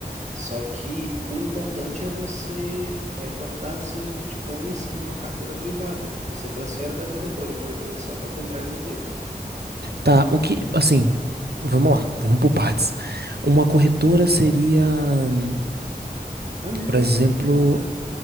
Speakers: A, on the right (about 45°); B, on the right (about 80°).
A: Só que o importante é você eh, guardar seus Bitcoins em uma carteira privada. Você transfere da corretora, a corretora é só para comprar e vender.
B: Tá, o que assim, vamos lá, vamos por partes. Uma corretora seria, hum,
A: Onde
B: por
A: vende
B: exemplo,
A: e compra.